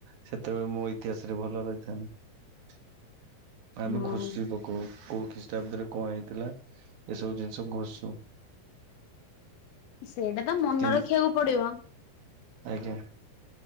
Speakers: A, on the right; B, on the left.
A: ସେତେବେଳେ ମୋର ଇତିହାସରେ ଭଲ ରହିଥାନ୍ତା ଆମେ
B: ହଁ
A: ଘୋଷି କୋଉ କୋଉ ଖ୍ରୀଷ୍ଟାବ୍ଦରେ କଣ ହେଇଥିଲା ଏସବୁ ଜିନିଷ ଘୋଷୁ।
B: ସେଇଟା ତ ମନେ
A: କିନ୍
B: ରଖିବାକୁ ପଡିବ।
A: ଆଜ୍ଞା।